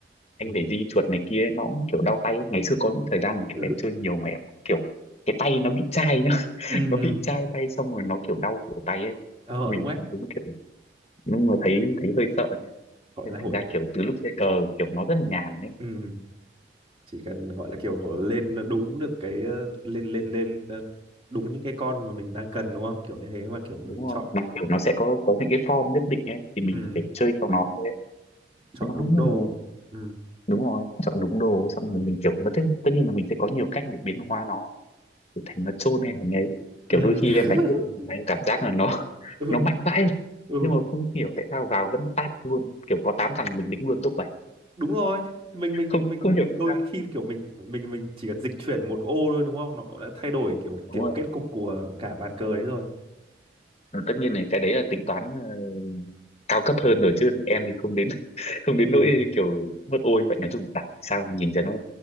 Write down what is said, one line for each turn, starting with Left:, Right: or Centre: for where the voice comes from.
Left: anh
Right: ừ
Left: phải di chuột này kia nó cũng kiểu đau tay ấy. ngày xưa có những thời gian mà kiểu
Right: <laughs>
Left: em chơi nhiều mà em cũng kiểu cái tay nó bị chai nhá <laughs>
Right: ừ
Left: nó
Right: ừ.
Left: bị chai tay xong rồi nó kiểu đau cổ tay ấy
Right: ờ
Left: mình
Right: đúng đấy
Left: đúng kiểu đúng là thấy thấy hơi sợ nha
Right: gọi
Left: nên
Right: là
Left: thành
Right: hội
Left: ra kiểu từ lúc chơi cờ kiểu nó rất là nhàn đấy
Right: ừm, chỉ cần gọi là kiểu lên đúng được cái ờ, lên lên lên ờ, đúng những cái con mà mình đang cần đúng không kiểu như thế mà kiểu mình
Left: đúng
Right: chọn
Left: rồi nó kiểu nó sẽ có có những cái form nhất định ấy thì mình
Right: ừm,
Left: phải chơi theo nó thôi
Right: chọn
Left: Thế nó
Right: đúng đồ
Left: là
Right: Ừm,
Left: đúng rồi chọn đúng đồ xong rồi mình kiểu nó tất, tất nhiên là mình sẽ có nhiều cách để biến hóa nó để thành nó chôn hay là ấy
Right: ừm,
Left: kiểu đôi khi em
Right: <laughs>
Left: đánh cái đội hình mà em cảm giác là nó <laughs>
Right: ừ
Left: nó mạnh vãi rồi
Right: ừ
Left: nhưng mà không hiểu tại sao vào vẫn tát luôn kiểu có 8 thằng mình đính luôn top bảy
Right: đúng rồi Thì mình mình mình
Left: không
Right: mình
Left: không hiểu tại
Right: đôi
Left: sao
Right: khi kiểu mình mình mình chỉ cần dịch chuyển một ô thôi đúng không nó đã thay đổi kiểu
Left: đúng
Right: kiểu
Left: rồi
Right: kết cục của cả bàn cờ đấy rồi
Left: tất nhiên là cái đấy là tính toán ờ, cao cấp hơn rồi chứ em thì không đến <laughs> không
Right: Ừm,
Left: đến nỗi kiểu mất ô như vậy nói chung đặt sao nhìn cho nó